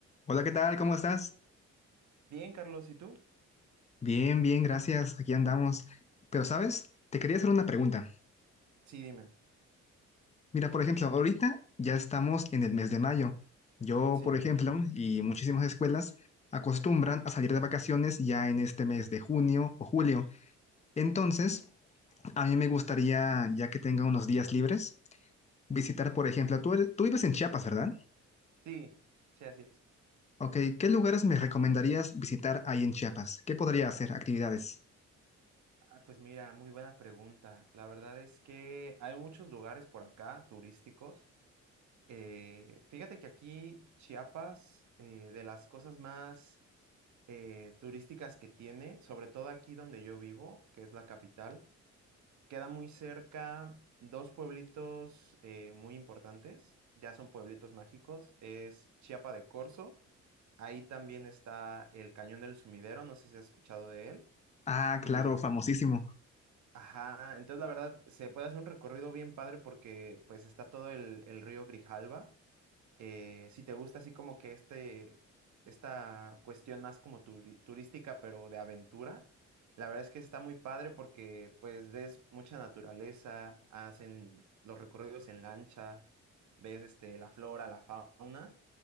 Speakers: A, on the left; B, on the right.
A: Hola, ¿qué tal? ¿Cómo estás?
B: Bien, Carlos, ¿y tú?
A: Bien, bien, gracias. Aquí andamos. Pero, ¿sabes? Te quería hacer una pregunta.
B: Sí, dime.
A: Mira, por ejemplo, ahorita ya estamos en el mes de mayo. Yo,
B: Sí,
A: por ejemplo, y muchísimas escuelas acostumbran a salir de vacaciones ya en este mes de junio o julio. Entonces, a mí me gustaría, ya que tenga unos días libres, visitar, por ejemplo, tú, eres- tú vives en Chiapas, ¿verdad?
B: sí, sí, así es.
A: Ok, ¿qué lugares me recomendarías visitar ahí en Chiapas? ¿Qué podría hacer? Actividades.
B: Ah, pues mira, muy buena pregunta. La verdad es que hay muchos lugares por acá turísticos. Eh, fíjate que aquí Chiapas, eh, de las cosas más eh, turísticas que tiene, sobre todo aquí donde yo vivo, que es la capital, queda muy cerca dos pueblitos eh, muy importantes, ya son pueblitos mágicos, es Chiapa de Corzo Ahí también está el Cañón del Sumidero, no sé si has escuchado de él.
A: Ah,
B: Y,
A: claro, famosísimo.
B: ajá, entonces la verdad se puede hacer un recorrido bien padre porque pues está todo el, el río Grijalva eh, si te gusta así como que este, esta cuestión más como turi- turística, pero de aventura, la verdad es que está muy padre porque pues ves mucha naturaleza, hacen los recorridos en lancha, ves este, la flora, la fauna,